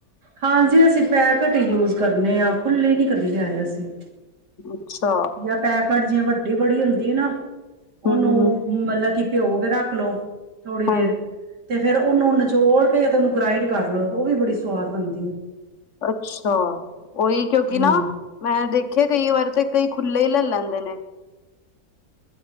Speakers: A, on the right; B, on the left.
A: ਹਾਂਜੀ ਅਸੀਂ ਪੈਕਟੀ ਹੀ ਯੂਜ ਕਰਨੇ ਆ ਖੁੱਲੇ ਨੀ ਕਦੇ ਲਿਆਏ ਅਸੀਂ।
B: ਅੱਛਾ
A: ਜਾਂ ਪੈਕਟ ਵੱਡੀ ਬੜੀ ਹੁੰਦੀ ਨਾ। ਉਹਨੂੰ
B: ਹਮ ਹਮ
A: ਮਤਲਬ ਕੀ ਪਿਓ ਕੇ ਰੱਖ ਲਓ। ਥੋੜ੍ਹੀ ਦੇਰ
B: ਹਾਂਜੀ
A: ਤੇ ਫੇਰ ਉਹਨੂੰ ਨਚੋੜ ਕੇ ਤੇ ਉਹਨੂੰ ਗ੍ਰਾਇੰਡ ਕਰ ਲਓ ਉਹ ਵੀ ਬੜੀ ਸਵਾਦ ਬਣਦੀ ਹੈ।
B: ਅੱਛਾ। ਉਹੀ ਕਿਉਂਕਿ
A: ਹੂੰ,
B: ਨਾ ਮੈਂ ਦੇਖ ਦੇਖੇ ਕਈ ਵਾਰ ਤੇ ਕਈ ਖੁੱਲ੍ਹੇ ਹੀ ਲੈ ਲੈਂਦੇ ਨੇ।